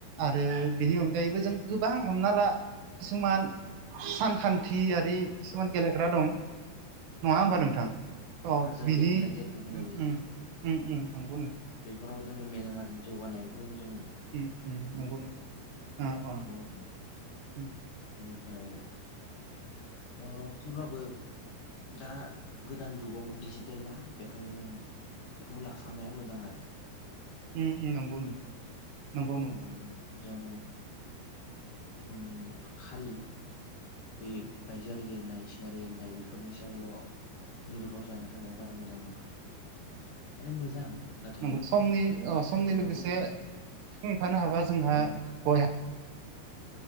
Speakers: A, on the right (about 75°); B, on the left (about 55°).
A: आरो बेनि अनगायैबो जों गोबां हमना ला किसुमान सानखान्थियारि खिसुमान गेलेग्रा दं। नङा होमबा नोंथां अ
B: पाजोल
A: बिनि
B: गेलेनाय जायखौ बुंनाय
A: उम
B: जायो
A: उम उ उ
B: बेफोराव जों मेलेमारि जौगानायखौ जों
A: उ नंगौ अ अ
B: अ नोंथां
A: उम
B: बेनिफ्राय ओ थेवब्लाबो दा गोदान जुगाव डिजिटेल ना बेखायनो जों बेखौ लाफानाया मो जां आरो
A: उम उम नोंथां नंगौ नंगौ
B: उम जों उम खालि बे बायजोआरि गेलेनाय इसिङारि गेलेनाय बेफोरनि सायावल' निर्भर जाना थानाया बारा मोजां नङा माने मोजां नाथाय
A: नंगौ समनि
B: जों
A: अ समनि
B: बेखौबो
A: लोगोसे
B: जों नंगौ
A: थांफानो हाबा जोंहा
B: नोंथां
A: बयहा